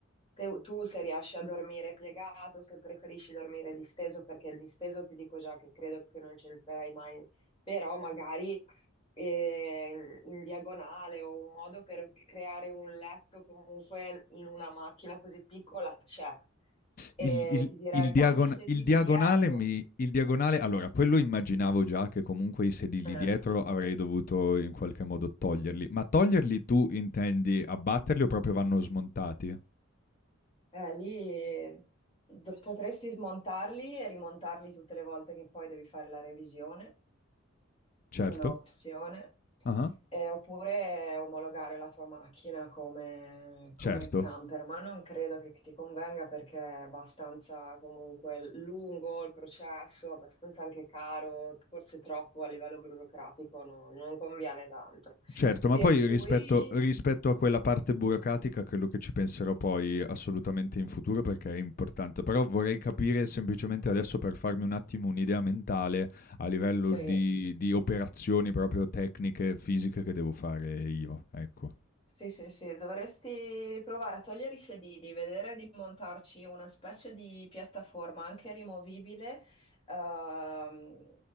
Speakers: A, on the left (about 25°); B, on the left (about 40°).
A: te- tu se riesci a dormire piegato, se preferisci dormire disteso, perché il disteso ti dico già che credo che non c'entrerai mai, però magari eh, in, in diagonale o un modo per creare un letto comunque in una macchina così piccola c'è. E
B: Il, il-
A: ti dirai
B: il diagon-
A: togli i sedili
B: il diagonale
A: dietro.
B: mi... Il diagonale... Allora, quello immaginavo già che comunque i sedili
A: Eh,
B: dietro avrei dovuto in qualche modo toglierli. Ma toglierli tu intendi abbatterli o proprio vanno smontati?
A: Eh, lì do- potresti smontarli e rimontarli tutte le volte che poi devi fare la revisione,
B: Certo.
A: una opzione,
B: Ah,
A: Eh, oppure omologare la tua macchina come, come
B: Certo.
A: camper, ma non credo che ti convenga perché è abbastanza comunque lungo il processo, abbastanza anche caro, forse troppo a livello burocratico, no- non conviene tanto.
B: Certo,
A: Per
B: ma poi
A: cui
B: rispetto rispetto a quella parte burocratica credo che ci penserò poi assolutamente in futuro perché è importante, però vorrei capire semplicemente adesso per farmi un attimo un'idea mentale a livello
A: sì.
B: di di operazioni proprio tecniche, fisiche che devo fare io, ecco.
A: Sì, sì, sì, dovresti provare a togliere i sedili, vedere di montarci una specie di piattaforma anche rimovibile, ehm,